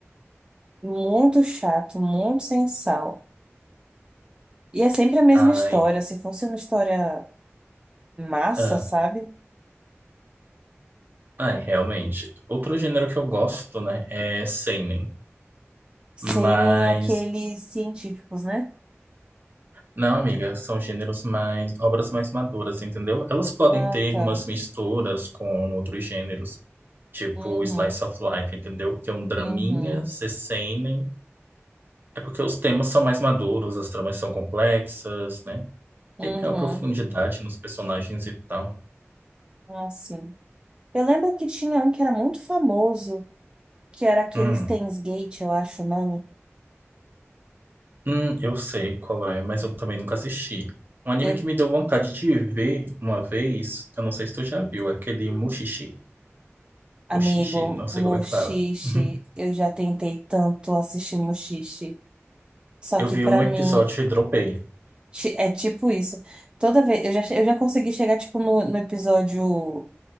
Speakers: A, on the right; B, on the right.
A: Muito chato, muito sem sal. E é sempre a mesma
B: Ai,
A: história. Se fosse uma história massa,
B: ah,
A: sabe?
B: ai, realmente. Outro gênero que eu gosto, né, é seinen.
A: Sem
B: Mas,
A: nem aqueles científicos, né?
B: não, amiga, são gêneros mais, obras mais maduras, entendeu? Elas podem
A: Ah,
B: ter
A: tá.
B: umas misturas com outros gêneros, tipo
A: Uhum,
B: Slice of Life, entendeu? Tem um draminha,
A: uhum,
B: seinen. É porque os temas são mais maduros, as tramas são complexas, né?
A: uhum.
B: Tem maior profundidade nos personagens e tal.
A: Ah, sim. Eu lembro que tinha um que era muito famoso, que era aquele
B: Hum,
A: Steins Gate, eu acho o nome.
B: hum, eu sei qual é, mas eu também nunca assisti. Um anime
A: Eu,
B: que me deu vontade de ver uma vez, eu não sei se tu já viu, é aquele Mushishi.
A: amigo,
B: Um xixi, não sei
A: Mushishi,
B: como é que fala. <laughs>
A: eu já tentei tanto assistir Mushishi. Só
B: Eu
A: que
B: vi
A: pra
B: um episódio
A: mim,
B: e dropei.
A: Ti- É tipo isso. Toda vez. Eu já, che- eu já consegui chegar, tipo, no, no episódio.